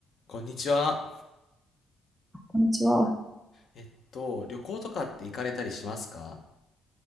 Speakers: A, on the left; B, in the centre.
A: こんにちは。
B: こんにちは。
A: えっと、旅行とかって行かれたりしますか